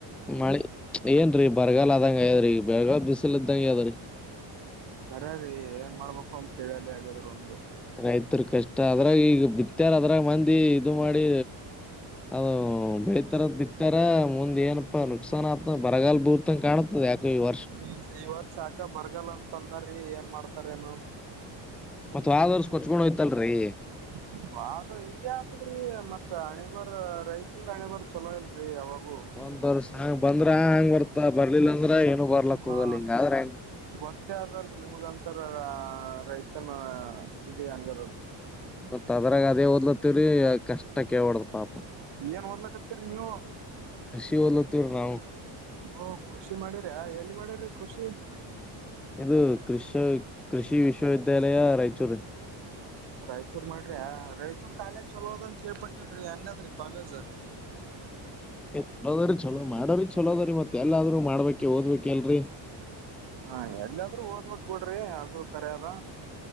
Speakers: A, in the centre; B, on the right.
A: ಮಾಡಿ ಏನ್ ರೀ ಬರಗಾಲ ಅದಂಗ ಯದ್ರಿ ಬೆರಗಾಲ್ ಬಿಸಿಲ ಇದ್ದಂಗ ಯಾವದ್ರಿ
B: ಬರೀ ಏನ್ ಮಾಡ್ಬೇಕು ಅಂತ ಕೇಳಲಿ ಆಗ್ಯಾದ್ರ ಒಂದು
A: ರೈತರು ಕಷ್ಟ ಅದ್ರಾಗ ಈಗ ಬಿತ್ತಾರ ಅದ್ರಾಗ ಮಂದಿ ಇದು ಮಾಡಿ ಅದು ಬೆೇತಾರದ ಬಿತ್ತಾರ ಮುಂದ್ ಏನ್ ಪಾ ನುಕ್ಸಾನ ಆತ್ತ ಬರಗಾಲ ಬಿಳುತ್ತ ಕಾಣತದ ಯಾಕೋ ಈ ವರ್ಷ
B: ಈ ಈ ವರ್ಷ ಏಕ ಬರ್ಗಲ್ಲ ಅಂತ ಅಂದ್ರ ಏನ್ ಮಾಡ್ತಾರೇನು
A: ಮತ್ ವಾದ ವರ್ಷ ಕೊಚ್ಕೊಂಡು ಹೋಯ್ತಲ್ರರಿ
B: <inaudible> ವದು ಹಿಂಗೆ ಆತದ್ರೀ ಮತ್ ಅಣೆಬರ್ ರೈತಂದ ಅಣೆಬರ್ ಚಲೋ ಇಲ್ರಿ ಯಾವಾಗೂ
A: ಒಂದ್ ವರ್ಷ ಹಂಗ ಬಂದ್ರ ಹಂಗ್ ಬರ್ತ ಬರ್ಲಿಲ್ಲ ಅಂದ್ರೆ ಏನ ಬರ್ಲಕ್
B: ಹಾ
A: ಹೋಗಲ್ಲ ಹಿಂಗ ಆದ್ರ ಹೆಂಗ
B: ಗೊತ್ತೇ ಆದಲ್ರಿ ನಿಮಗಂತರ ರೈತನ ಇದ ಹಂಗದ ಅಂತ
A: ಮತ್ತ ಅದರಾಗ ಅದೇ ಓದ್ಲ ತಿರಿ ಕಷ್ಟ ಕೇಲ ಬಡ್ದ್ ಪಾಪ
B: ಏನ್ ಓದ್ಲಕ್ಕತ್ತೀರಿ ನೀವು
A: ಕೃಷಿ ಓದ್ಲತ್ತೀವ್ರಿ ನಾವು
B: ಓ ಕೃಷಿ ಮಾಡ್ಯ್ರ ಎಲ್ಲಿ ಮಾಡ್ಯ್ರಿ ಕೃಷಿ
A: ಇದು ಕೃಷ ಕೃಷಿ ವಿಶ್ವವಿದ್ಯಾಲಯ ರಾಯಚೂರು
B: ರಾಯಚೂರ್ ಮಾಡ್ರಿ ರಾಯಚೂರ್ ಕಾಲೇಜ್ ಚಲೋದ ಕೇಳ್ಪಟ್ಟನ್ರಿ ಹೆಂಗಾದ್ರಿ ಕಾಲೇಜ್
A: ಚಲೋದ್ರರಿ ಚಲೋ ಮಾಡ್ರರಿ ಚಲೋದ್ರರಿ ಮತ್ ಎಲ್ಲಾದ್ ಮಾಡ್ಬೇಕಕ್ ಓದ್ಬೇಕಲ್ರರಿ
B: ಹಾ ಎಲ್ಲಾದ್ರೂ ಓದ್ಬೇಕ ಬಿಡ್ರಿ ಅದು ಕರೆದ